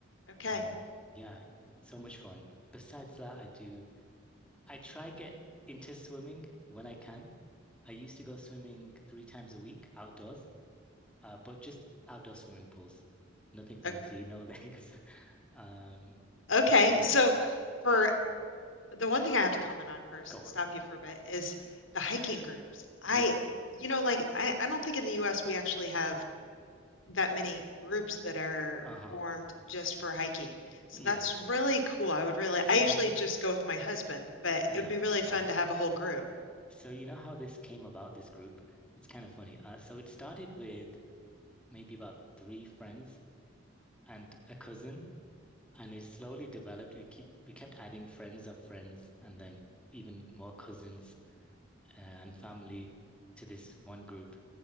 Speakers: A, on the left (about 75°); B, in the centre.
A: Okay.
B: Um, yeah, so much fun. Besides that, I do I try get into swimming when I can. I used to go swimming three times a week outdoors, uh, but just outdoor swimming pools. Nothing fancy,
A: O-
B: no <laughs> legs. Um,
A: uh, Okay.
B: yeah,
A: So, for the one thing I have to comment on first
B: go
A: and
B: on.
A: stop you for a bit is the hiking groups. I,
B: Yeah.
A: you know, like I, I don't think in the US we actually have that many groups that are
B: Uh-huh.
A: formed just for hiking. So
B: Yeah.
A: that's really cool. I would really,
B: So,
A: I usually just go with my husband, but
B: yeah.
A: it would be really fun
B: Oh.
A: to have a whole group.
B: So you know how this came about, this group? It's kind of funny. Uh, so it started with maybe about three friends and a cousin. And it slowly developed. We keep we kept adding friends of friends and then even more cousins uh, and family to this one group.